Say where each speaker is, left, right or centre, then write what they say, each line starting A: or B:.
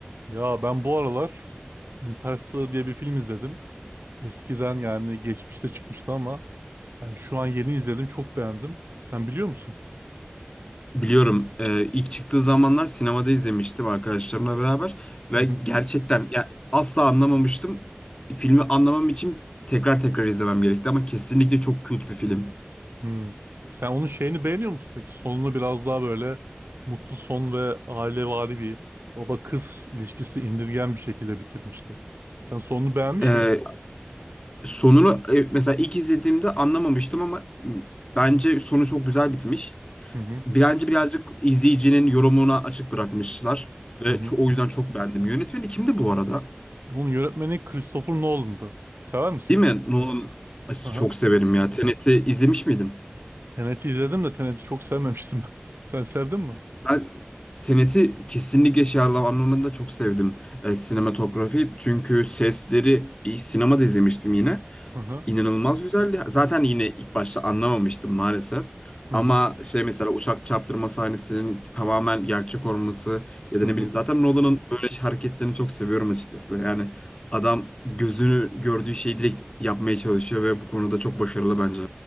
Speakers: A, on the right; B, on the left.
A: Ya ben bu aralar Interstellar diye bir film izledim. Eskiden yani geçmişte çıkmıştı ama yani şu an yeni izledim çok beğendim. Sen biliyor musun?
B: Biliyorum. Ee, ilk çıktığı zamanlar sinemada izlemiştim arkadaşlarımla beraber
A: Hı
B: ve
A: hı.
B: gerçekten ya asla anlamamıştım. Filmi anlamam için tekrar tekrar izlemem gerekti ama kesinlikle çok kült bir film.
A: Hmm. Sen onun şeyini beğeniyor musun peki? Sonunu biraz daha böyle mutlu son ve ailevari bir baba kız ilişkisi indirgen bir şekilde bitirmişti. Sen sonunu beğenmiş
B: Ee,
A: miydin?
B: sonunu e, mesela ilk izlediğimde anlamamıştım ama m, bence sonu çok güzel bitmiş.
A: Hı hı.
B: Bence birazcık izleyicinin yorumuna açık bırakmışlar ve
A: Hı hı.
B: ço- o yüzden çok beğendim. Yönetmeni kimdi bu arada?
A: Onun yönetmeni Christopher Nolan'dı. Sever misin?
B: Değil mi? Nolan Ay, çok
A: Hı hı.
B: severim ya. Tenet'i izlemiş miydin?
A: Tenet'i izledim de Tenet'i çok sevmemiştim ben. <laughs> Sen sevdin mi?
B: Ben Tenet'i kesinlikle şey anlamında çok sevdim. E, sinematografi çünkü sesleri ilk sinemada izlemiştim yine.
A: Hı hı.
B: İnanılmaz güzeldi. Zaten yine ilk başta anlamamıştım maalesef.
A: Hı
B: Ama
A: hı.
B: şey mesela uçak çarptırma sahnesinin tamamen gerçek olması ya
A: Hı
B: da ne
A: hı.
B: bileyim zaten Nolan'ın böyle şey hareketlerini çok seviyorum açıkçası. Yani adam gözünü gördüğü şeyi direkt yapmaya çalışıyor ve bu konuda çok başarılı bence.